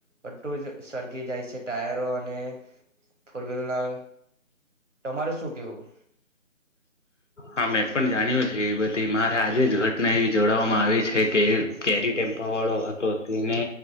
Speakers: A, on the right; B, on the left.
A: બટું જ સરગી જાય છે ટાયરો અને. ફોર વ્લ ના તમારે શું કેવું.
B: હા મેં પણ જાણ્યું છે એ બધી મારે આજે જ ઘટના એવી જોડવામાં આવી છે કે કેરી. વાો હતો તેને